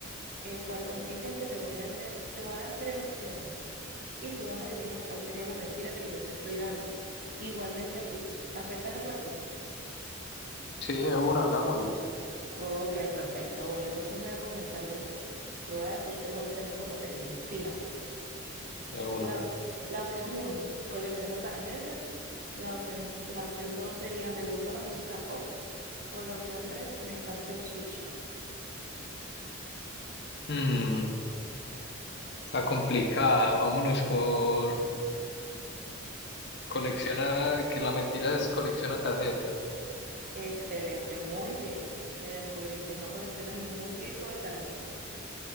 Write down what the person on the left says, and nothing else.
Sí, de una, hagámosle.
De
una.
Mm, está complicada. Vámonos con colecciona, que la mentira es colecciona tarjetas.